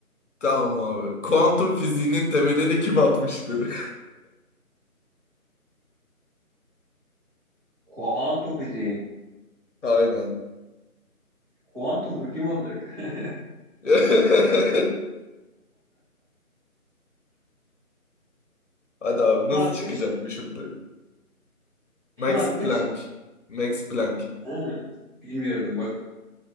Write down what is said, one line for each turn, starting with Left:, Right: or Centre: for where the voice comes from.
Left: Tamam abi. Kuantum fiziğinin temelini kim atmıştır?
Right: Kuantum fiziği.
Left: <laughs> Aynen.
Right: Kuantumdur kim olacak? <laughs>
Left: <laughs> Hadi abi
Right: Kim
Left: nasıl
Right: atmış?
Left: çıkacak bu şimdi?
Right: Kim
Left: Max
Right: atmış?
Left: Planck. Max Planck.
Right: Ha, bilmiyordum bak.